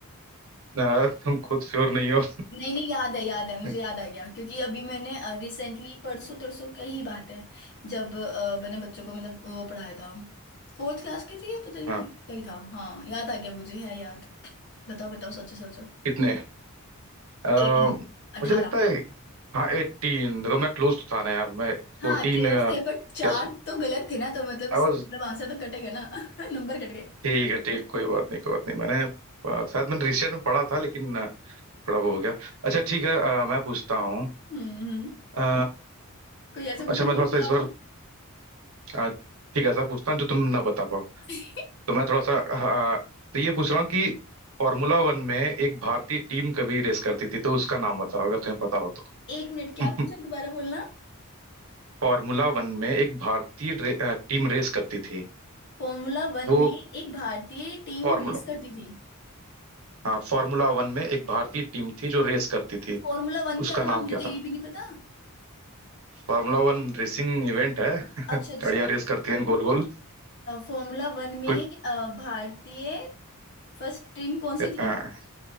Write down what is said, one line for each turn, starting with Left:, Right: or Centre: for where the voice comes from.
Right: अ, तुम खुद श्योर नहीं हो
Left: नहीं नहीं याद है याद है मुझे
Right: <laughs>
Left: याद आ गया क्योंकि अभी मैंने रिसेंटली परसों तरसों क्या ही बात है जब अ, मैंने बच्चों को मतलब वो पढ़ाया था फोर्थ क्लास की थी या पता नहीं
Right: हाँ
Left: कहीं था हाँ याद आ गया मुझे है याद बताओ बताओ सोचो सोचो
Right: इतने अ,
Left: एटीन अठारह
Right: मुझे लगता है हाँ एटीन देखो मैं क्लोज तो था ना यार मैं
Left: हाँ
Right: फोर्टीन
Left: क्लोज
Right: क्या
Left: थे बट चार तो गलत थे ना तो मतलब इस-
Right: आई वाज
Left: मतलब आंसर तो कटेगा ना <laughs> नंबर कट गए
Right: ठीक है ठीक कोई बात नहीं कोई बात नहीं मैंने अ, शायद मैंने रिसेंट में पढ़ा था लेकिन अ, थोड़ा वो हो गया अच्छा ठीक है अ, मैं पूछता हूँ
Left: हम्म हम्म।
Right: अ,
Left: कोई ऐसे
Right: अच्छा
Left: पूछ रहे
Right: मैं
Left: तुम
Right: थोड़ा सा
Left: बता
Right: इस बार
Left: पाऊँ
Right: अ, ठीक है ऐसा पूछता हूँ जो तुम ना बता पाओ
Left: <laughs>
Right: तो मैं थोड़ा सा हाँ, हाँ, तो ये पूछ रहा हूँ कि फॉर्मूला वन में एक भारतीय टीम कभी रेस करती थी तो उसका नाम बताओ अगर तुम्हें पता हो तो
Left: एक मिनट क्या
Right: <laughs>
Left: पूछा दोबारा बोलना
Right: फॉर्मूला वन में एक भारतीय रे, टीम रेस करती थी
Left: फॉर्मूला वन
Right: वो
Left: में एक भारतीय टीम
Right: फॉर्मूला
Left: रेस करती थी
Right: हाँ फॉर्मूला वन में एक भारतीय टीम थी जो रेस करती थी
Left: फॉर्मूला वन
Right: उसका
Left: क्या था
Right: नाम
Left: मुझे
Right: क्या
Left: तो ये
Right: था
Left: भी नहीं पता
Right: फॉर्मूला वन रेसिंग इवेंट है <laughs>
Left: अच्छा
Right: गाड़ियां
Left: अच्छा ओके
Right: रेस करती हैं गोल गोल
Left: फॉर्मूला वन में
Right: कुछ
Left: अ, भारतीय फर्स्ट टीम कौन सी थी
Right: हाँ